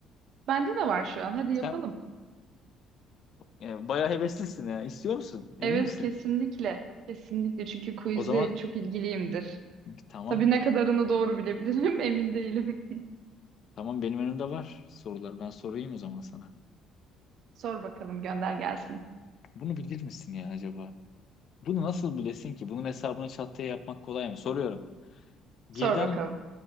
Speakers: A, on the right (about 55°); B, on the left (about 45°).
A: Bende de var şu an. Hadi
B: Sen
A: yapalım.
B: e, bayağı heveslisin ya. İstiyor musun? Emin
A: Evet,
B: misin?
A: kesinlikle. Kesinlikle çünkü quiz'e
B: O zaman
A: çok ilgiliyimdir.
B: tamam.
A: Tabii ne kadarını doğru bilebilirim <laughs> emin değilim. <laughs>
B: Tamam benim önümde var sorular. Ben sorayım o zaman sana.
A: Sor bakalım, gönder gelsin.
B: Bunu bilir misin ya acaba? Bunu nasıl bilesin ki? Bunun hesabını çat diye yapmak kolay mı? Soruyorum. Birden
A: Sor bakalım.